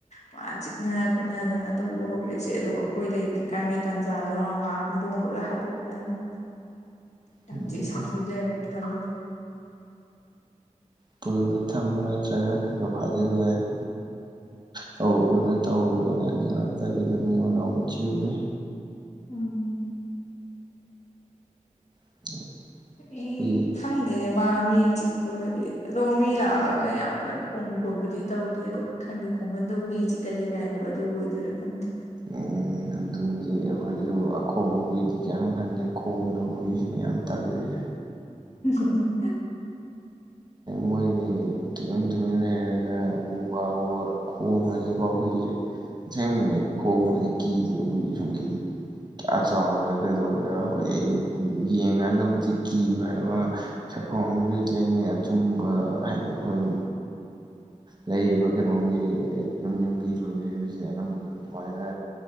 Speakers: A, on the left; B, on the right.
A: ꯄꯥ ꯆꯤꯛꯅ ꯈꯣꯠꯅꯗꯅ ꯇꯧꯕ ꯍꯧꯔꯛꯏꯁꯦ ꯑꯗꯨꯒ ꯑꯩꯈꯣꯏ ꯂꯩꯇ꯭ꯔꯤꯀꯥꯟꯒꯤ ꯇꯥꯟ ꯖꯥ ꯂꯧꯔ ꯃꯥ ꯍꯧꯗꯣꯡꯒ ꯂꯣꯏ ꯍꯥꯠꯇꯣꯛꯄꯤꯔꯝꯃ‌ꯤ ꯌꯥꯝ
B: ꯎꯝ
A: ꯊꯤ ꯁꯥꯊꯤ ꯂꯩꯔꯝꯃ‌‌ꯦ ꯇꯜꯂꯤ
B: ꯄꯨꯜꯂ ꯊꯝꯕ ꯅꯠꯇ꯭ꯔꯥꯒ ꯈꯥ ꯈꯥ ꯐꯥꯖꯤꯜꯂꯨꯍꯦ <unintelligible> ꯇꯧꯔꯕꯅꯦ ꯇꯧꯔꯨꯕꯅꯦ ꯑꯗꯨ ꯅꯠꯇꯕꯤꯗ ꯃꯤꯉꯣꯟꯗ ꯑꯃꯨꯛ ꯆꯤꯛꯎꯅꯤ
A: ꯎꯝ
B: <unintelligible>
A: ꯑꯩ
B: ꯍꯨꯏ
A: ꯈꯪꯗꯦꯅꯦ ꯃꯥ ꯃꯤ ꯆꯤꯛꯄꯒꯗꯤ ꯑꯗꯣ ꯃꯤ ꯂꯥꯛꯑꯒ ꯌꯥꯝ ꯀꯟꯅ ꯈꯣꯡꯕ ꯈꯣꯠꯄꯗꯤ ꯇꯧꯗꯦ ꯑꯗꯣ ꯈꯪꯗꯦ ꯈꯣꯡꯒꯟꯗ ꯍꯨꯏ ꯆꯤꯛꯀꯜꯂꯦ ꯀꯥꯏꯗꯣ ꯑꯗꯨ ꯑꯣꯏꯗ‌‌ꯣꯏꯔ ꯈꯪꯗꯦ
B: ꯎꯝ ꯑꯗꯨꯕꯨꯗꯤ ꯑꯈꯣꯏꯖꯨ ꯑꯈꯣꯡꯕ ꯍꯨꯏꯗꯤ ꯀꯩꯏꯝ ꯈꯟꯗꯦ ꯈꯣꯡꯗꯕ ꯍꯨꯏꯖꯤꯅꯤ ꯌꯥꯝ ꯇꯜꯂꯤꯖꯦ
A: ꯎꯝ ꯍꯨꯝ ꯍꯨꯝ
B: ꯃꯣꯏꯗꯤ ꯇꯨꯃꯤꯟ ꯇꯨꯃꯤꯟ ꯂꯩꯔꯒ ꯎ ꯋꯥ ꯎ ꯋꯥ ꯈꯣꯡꯉꯅꯤꯀꯣ ꯍꯨꯏꯖꯦ ꯑꯁꯦꯡꯕꯅꯦ ꯈꯣꯡꯕ ꯑꯩ ꯀꯤꯗ‌‌ꯦꯕ ꯍꯨꯏꯖꯦ ꯁꯨꯡꯀꯤ ꯀꯌꯥ ꯆꯥꯎꯒ‌ꯦꯔ ꯀꯩꯗꯧꯒ‌ꯦꯔ ꯍꯣꯏ ꯑꯩ ꯌꯦꯡꯀꯥꯟꯗꯕꯨꯗꯤ ꯀꯤꯕ ꯍꯥꯏꯕ ꯁꯛꯐꯝ ꯑꯃꯥꯕꯨꯗꯤ ꯂꯩꯅꯤ ꯑꯗꯨꯝ ꯍꯥꯏꯗꯤ ꯑꯩꯈꯣꯏ ꯎꯝ ꯂꯩꯔꯤꯕ ꯀꯩꯅꯣꯒꯤ ꯌꯨꯝ ꯌꯨꯝꯒꯤ ꯂꯣꯏꯅꯔꯤꯕꯁꯤꯗ ꯑꯅꯝꯕꯗ ꯑꯗꯨꯃꯥꯏꯅ